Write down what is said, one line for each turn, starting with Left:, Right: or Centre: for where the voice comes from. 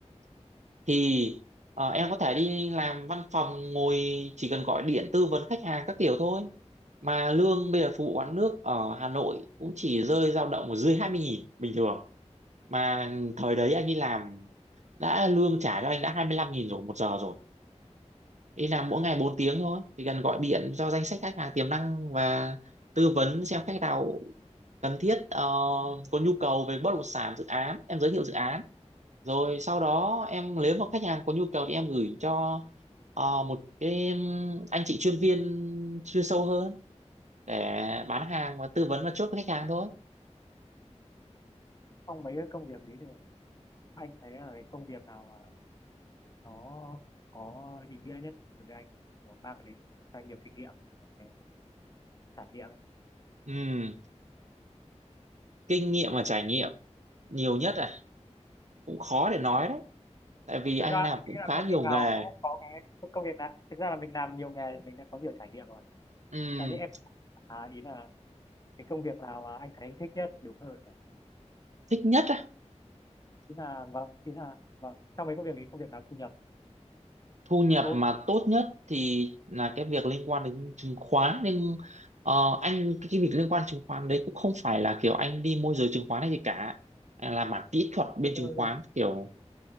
Right: thì ờ, em có thể đi làm văn phòng ngồi chỉ cần gọi điện tư vấn khách hàng các kiểu thôi mà lương bây giờ phục vụ quán nước ở Hà Nội cũng chỉ rơi dao động ở dưới 20 nghìn bình thường mà thời đấy anh đi làm đã lương trả cho anh đã 25 nghìn rồi một giờ rồi đi làm mỗi ngày 4 tiếng thôi thì cần gọi điện cho danh sách khách hàng tiềm năng và tư vấn xem khách nào cần thiết ờ, có nhu cầu về bất động sản dự án em giới thiệu dự án rồi sau đó em nếu mà khách hàng có nhu cầu thì em gửi cho ờ, một cái ừm, anh chị chuyên viên chuyên sâu hơn để bán hàng và tư vấn và chốt với khách hàng thôi
Left: trong mấy cái công việc ấy thì anh thấy là cái công việc nào mà nó có ý nghĩa nhất đối với anh kiểu mang đến cho anh nhiều kinh nghiệm cái trải nghiệm ấy
Right: Ừm, kinh nghiệm và trải nghiệm nhiều nhất à cũng khó để nói đấy tại vì anh
Left: thực ra
Right: làm
Left: anh
Right: cũng
Left: nghĩ là
Right: khá
Left: công
Right: nhiều
Left: việc nào
Right: nghề
Left: nó cũng có cái công việc nào thực ra là mình làm nhiều nghề thì mình đã có nhiều trải nghiệm rồi
Right: Ừm,
Left: là như em à, ý là cái công việc nào mà anh thấy anh thích nhất thì đúng hơn nhỉ?
Right: thích nhất á
Left: ý là vâng ý là vâng trong mấy công việc thì công việc nào thu nhập
Right: thu nhập
Left: tốt
Right: mà tốt nhất thì là cái việc liên quan đến chứng khoán nhưng ờ, anh cái, cái việc liên quan chứng khoán đấy cũng không phải là kiểu anh đi môi giới chứng khoán hay gì cả anh là mảng kỹ thuật bên
Left: thứ
Right: chứng
Left: tư
Right: khoán
Left: luôn
Right: kiểu